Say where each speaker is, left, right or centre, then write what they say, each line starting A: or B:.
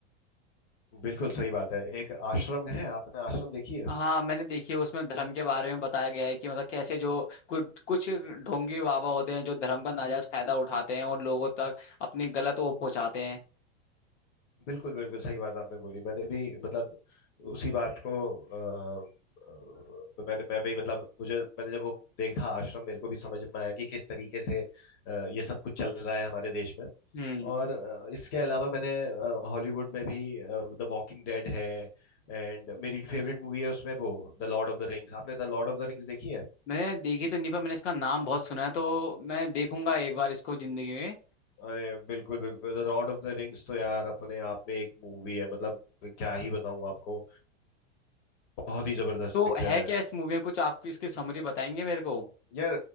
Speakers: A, on the left; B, on the left.
A: बिल्कुल सही बात है एक आश्रम है आपने आश्रम देखी है
B: हाँ मैंने देखी है उसमें धर्म के बारे में बताया गया है कि मतलब कैसे जो कुछ कुछ ढोंगी बाबा होते हैं जो धर्म का नाजायज फायदा उठाते हैं और लोगों तक अपनी गलत वो पहुंचाते हैं
A: बिल्कुल बिल्कुल सही बात आपने बोली मैंने भी मतलब उसी बात को अ, अ, मैंने मैं भी मतलब मुझे मैंने जब वो देखा आश्रम मेरे को भी समझ में आया कि किस तरीके से अ, ये सब कुछ चल रहा है हमारे देश में
B: हम्म
A: और अ, इसके अलावा मैंने अ, हॉलीवुड में भी द वॉकिंग डेड है एंड मेरी फेवरेट मूवी है उसमें वो The Lord of the Rings आपने The Lord of the Rings देखी है
B: मैंने देखी तो नहीं पर मैंने इसका नाम बहुत सुना है तो मैं देखूंगा एक बार इसको जिंदगी में
A: अरे बिल्कुल बिल्कुल The Lord of the Rings तो यार अपने आप में एक मूवी है मतलब क्या ही बताऊं आपको बहुत ही जबरदस्त
B: तो
A: पिक्चर
B: है क्या
A: है
B: इस मूवी में कुछ आपको इसकी समरी बताएंगे मेरे को
A: यार